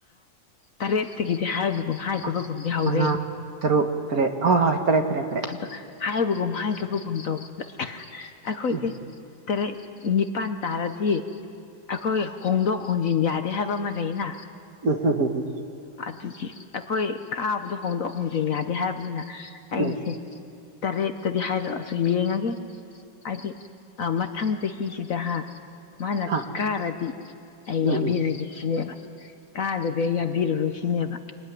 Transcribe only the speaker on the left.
ꯇꯔꯦꯠꯇꯒꯤꯗꯤ ꯍꯥꯏꯕꯒꯨꯝ ꯍꯥꯏꯗꯕꯒꯨꯝꯗꯤ
ꯍꯧꯔꯦ
ꯑꯗꯣ ꯍꯥꯏꯕꯒꯨꯝ ꯍꯥꯏꯗꯕꯒꯨꯝ ꯇꯧꯕꯁꯤꯗ ꯑꯩꯈꯣꯏꯁꯦ
ꯇꯔꯦꯠ ꯅꯤꯄꯜ ꯇꯥꯔꯗꯤ ꯑꯩꯈꯣꯏ ꯍꯣꯡꯗꯣꯛ ꯍꯣꯡꯖꯤꯟ ꯌꯥꯗꯦ ꯍꯥꯏꯕ ꯑꯃ ꯂꯩꯅ
ꯑꯗꯨꯗꯤ ꯑꯩꯈꯣꯏ ꯀꯥꯕꯗꯣ ꯍꯣꯡꯗꯣꯛ ꯍꯣꯡꯖꯤꯟ ꯌꯥꯗꯦ ꯍꯥꯏꯕꯅꯤꯅ ꯑꯩꯁꯦ
ꯇꯔꯦꯠꯇꯗꯤ ꯍꯥꯏꯔꯛꯑꯁꯨ ꯌꯦꯡꯉꯒꯦ ꯍꯥꯏꯗꯤ ꯃꯊꯪ ꯆꯍꯤꯁꯤꯗ ꯍꯥ ꯃꯥꯅ
ꯀꯥꯔꯗꯤ ꯑꯩ
ꯌꯥꯕꯤꯔꯒꯦ
ꯁꯤꯅꯦꯕ ꯀꯥꯗꯗꯤ ꯑꯩ ꯌꯥꯕꯤꯔꯔꯣꯏ ꯁꯤꯅꯦꯕ